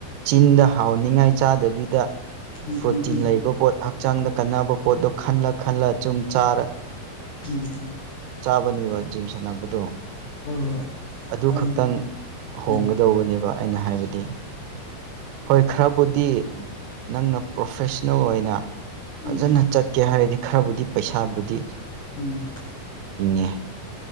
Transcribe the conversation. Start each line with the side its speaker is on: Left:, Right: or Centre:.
Right: ꯆꯤꯟꯗ ꯍꯥꯎꯅꯤꯉꯥꯏ ꯆꯥꯗꯕꯤꯗ
Left: ꯎꯝ ꯎꯝ
Right: ꯄ꯭ꯔꯣꯇꯤꯟ
Left: ꯎꯝ
Right: ꯂꯩꯕ ꯄꯣꯠ ꯍꯛꯆꯥꯡꯗ ꯀꯟꯅꯕ ꯄꯣꯠꯇꯣ ꯈꯜꯂ ꯈꯜꯂ ꯆꯨꯝ ꯆꯥꯔ
Left: ꯎꯝ ꯎꯝ
Right: ꯆꯥꯕꯅꯦꯕ ꯖꯤꯝ ꯁꯥꯟꯅꯕꯗꯣ
Left: ꯍꯣꯏ ꯍꯣꯏ
Right: ꯑꯗꯨ
Left: ꯃꯥꯅꯤ
Right: ꯈꯛꯇꯪ
Left: ꯃꯥꯅꯤ
Right: ꯍꯣꯡꯒꯗꯧꯕꯅꯦꯕ
Left: ꯎꯝ
Right: ꯑꯩꯅ ꯍꯥꯏꯕꯗꯤ ꯍꯣꯏ ꯈꯔꯕꯨꯗꯤ ꯅꯪꯅ ꯄ꯭ꯔꯣꯐꯦꯁꯅꯦꯜ ꯑꯣꯏꯅ
Left: ꯎꯝ
Right: ꯐꯖꯅ
Left: ꯎꯝ
Right: ꯆꯠꯀꯦ ꯍꯥꯏꯔꯗꯤ ꯈꯔꯕꯨꯗꯤ ꯄꯩꯁꯥꯕꯨꯗꯤ
Left: ꯎꯝ
Right: ꯏꯟꯅ